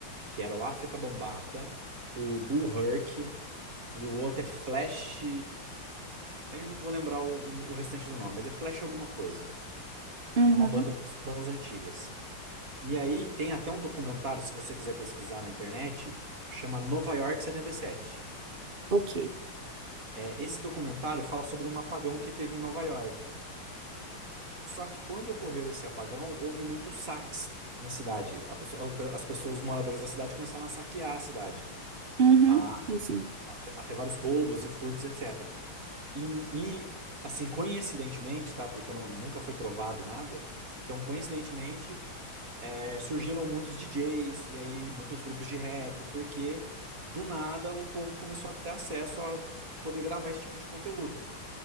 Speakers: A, on the right (about 40°); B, on the right (about 65°).
A: que era o África Bambata, o Bull Herc E o outro é Flash. aí Eu não vou lembrar o, o o restante do nome, mas é Flash alguma coisa.
B: Uhum.
A: É uma banda bandas antigas. E aí tem até um documentário, se você quiser pesquisar na internet, chama Nova York setenta e sete
B: Ok.
A: É, esse documentário fala sobre um apagão que teve em Nova York. Só que quando ocorreu esse apagão, houve muitos saques na cidade. A pessoa- as pessoas, os moradores da cidade começaram a saquear a cidade,
B: Uhum.
A: a,
B: Sim, sim.
A: a ter vários roubos e furtos, etc. E, e, assim, coincidentemente, tá? Porque não- nunca foi provado nada. Então, coincidentemente, é, surgiram muitos DJs e aí muitos grupos de rap, porque do nada o povo começou a ter acesso a poder gravar esse tipo de conteúdo.